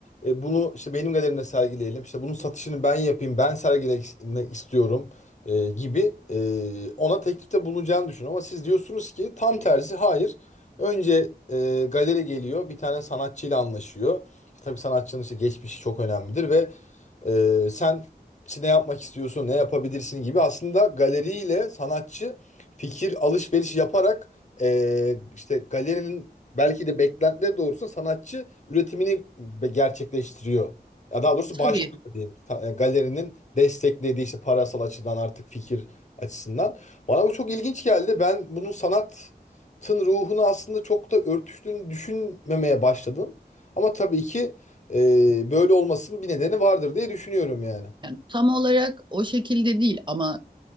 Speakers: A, on the left; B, on the right.
A: e, bunu işte benim galerimde sergileyelim. İşte bunun satışını ben yapayım, ben sergilemek istiyorum e, gibi e, ona teklifte bulunacağını düşün. Ama siz diyorsunuz ki tam tersi hayır. Önce e, galeri geliyor bir tane sanatçıyla anlaşıyor. İşte Tabii sanatçının işte geçmişi çok önemlidir ve ee, sen işte ne yapmak istiyorsun, ne yapabilirsin gibi aslında galeriyle sanatçı fikir alışveriş yaparak ee, işte galerinin belki de beklentileri doğrusunda sanatçı üretimini be- gerçekleştiriyor. Ya daha doğrusu başlıyor
B: Tabii
A: diyeyim. Ta- e, Galerinin desteklediği işte parasal açıdan artık fikir açısından. Bana bu çok ilginç geldi. Ben bunun sanatın ruhunu aslında çok da örtüştüğünü düşünmemeye başladım. Ama tabii ki ee, böyle olmasının bir nedeni vardır diye düşünüyorum yani.
B: Yani tam olarak o şekilde değil ama